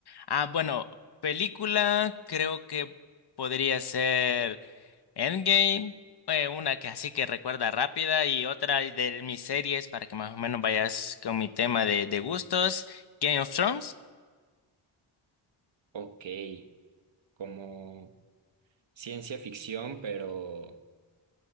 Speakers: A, on the left (about 55°); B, on the right (about 65°).
A: Ah, bueno, película creo que podría ser Endgame, eh, una que así que recuerda rápida y otra de mis series para que más o menos vayas con mi tema de, de gustos. Game of Thrones.
B: Ok, como ciencia ficción, pero...